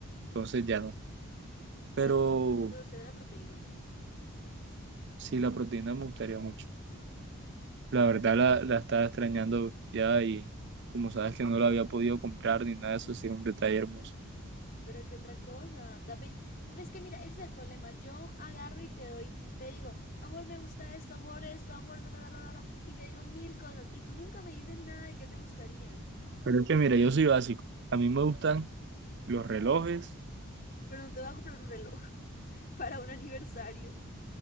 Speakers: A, on the right; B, on the left.
A: Entonces ya no. Pero
B: Pero entonces, ¿te gustaría la proteína o qué?
A: sí, la proteína me gustaría mucho. La verdad la, la estaba extrañando ya y como sabes que no la había podido comprar ni nada, eso sí es un detalle hermoso.
B: Pero qué otra cosa, dame. Es que mira, ese es el problema. Yo agarro y te doy, te digo, amor, me gusta esto, amor, esto, amor, da, da, da, da, da", y te digo mil cosas, y tú nunca me dices nada de qué te gustaría.
A: Pero es que mira, yo soy básico. A mí me gustan los relojes.
B: Pero no te voy a comprar un reloj <laughs> para un aniversario.